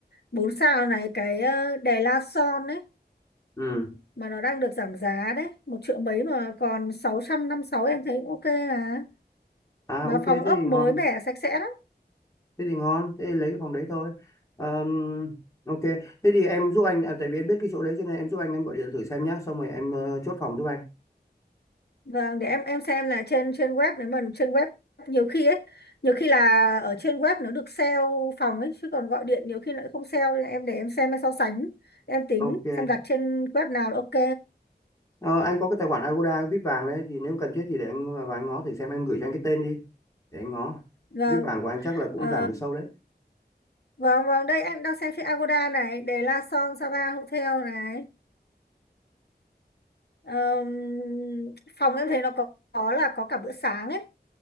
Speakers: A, on the left; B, on the left.
A: bốn sao này cái ờ, Đè La Son đấy
B: Ừ.
A: mà nó đang được giảm giá đấy, một triệu mấy mà còn sáu trăm năm sáu em thấy cũng ok à.
B: À
A: Mà
B: ok thế
A: phòng
B: thì
A: ốc
B: ngon
A: mới mẻ sạch sẽ lắm.
B: Thế thì ngon Thế thì lấy cái phòng đấy thôi Ờm, Ok Thế thì em giúp anh à, Tại vì em biết cái chỗ đấy cho nên em giúp anh Em gọi điện thử xem nhá Xong rồi em ờ, chốt phòng giúp anh
A: Vâng, để em em xem là trên trên web nếu mà trên web nhiều khi ấy, nhiều khi là ở trên web nó được sale phòng ấy chứ còn gọi điện nhiều khi nó lại không sale nên là em để em xem em so sánh, em tính
B: Ok
A: xem đặt trên web nào là ok.
B: Ờ, Anh có cái tài khoản Agoda VIP vàng đấy Thì nếu cần thiết thì để anh à, vào anh ngó thử xem Em gửi cho anh cái tên đi Để anh ngó
A: Vâng.
B: VIP vàng của anh chắc là cũng
A: Ờ,
B: giảm được sâu đấy
A: Vâng, vâng, đây em đang xem trên Agoda này, để La Son Sapa Hotel này. Ờm, phòng em thấy nó có, có là có cả bữa sáng ấy.